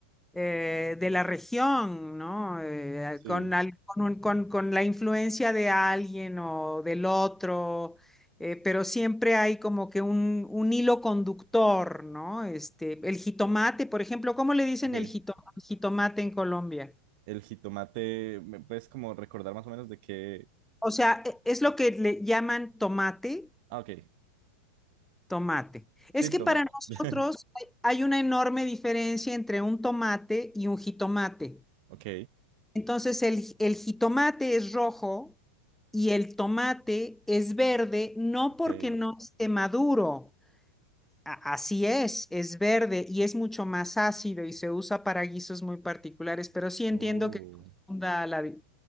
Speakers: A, in the centre; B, on the right.
A: eh, de la región, ¿no? Eh,
B: Sí.
A: con, al- con un- con- con la influencia de alguien o del otro, eh, pero siempre hay como que un, un hilo conductor, ¿no? Este, el jitomate, por ejemplo, ¿cómo le dicen
B: Ok.
A: el jito- jitomate en Colombia?
B: El jitomate, ¿me puedes como recordar más o menos de qué?
A: O sea, e- es lo que le llaman tomate,
B: Ah, ok.
A: tomate. Es
B: Sí,
A: que
B: tomate.
A: para nosotros
B: <laughs>
A: hay una enorme diferencia entre un tomate y un jitomate.
B: Ok.
A: Entonces el, el jitomate es rojo y el tomate es verde, no
B: Ok.
A: porque no esté maduro. A- Así es, es verde y es mucho más ácido y se usa para guisos muy particulares, pero sí entiendo
B: Oh,
A: que confunda la di-